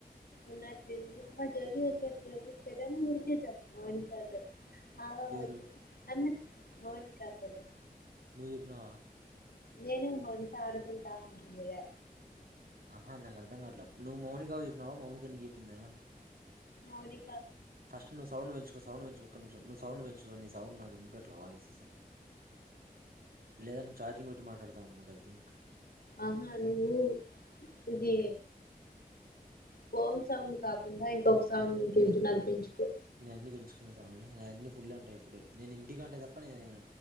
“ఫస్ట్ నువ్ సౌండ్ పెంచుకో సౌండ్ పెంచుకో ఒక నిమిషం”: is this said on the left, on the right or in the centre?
Right